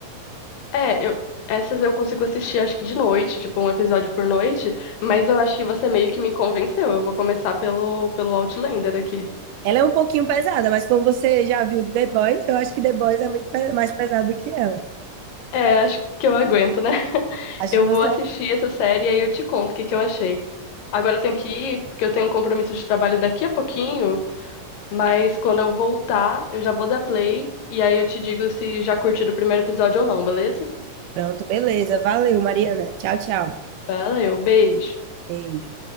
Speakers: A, on the left; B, on the right.
A: É, eu, essas eu consigo assistir acho que de noite, tipo um episódio por noite, mas eu acho que você meio que me convenceu. Eu vou começar pelo, pelo Outlander aqui.
B: Ela é um pouquinho pesada, mas como você já viu de The Boys, eu acho que The Boys é muito pe- mais pesado que ela.
A: É, acho que eu aguento, né? <laughs>
B: Acho
A: Eu
B: que você
A: vou assistir essa série e aí eu te conto o que que eu achei. Agora eu tenho que ir, porque eu tenho um compromisso de trabalho daqui a pouquinho, mas quando eu voltar, eu já vou dar play e aí eu te digo se já curtiu o primeiro episódio ou não, beleza?
B: Pronto, beleza. Valeu, Mariana. Tchau, tchau.
A: Valeu, beijo.
B: Beijo.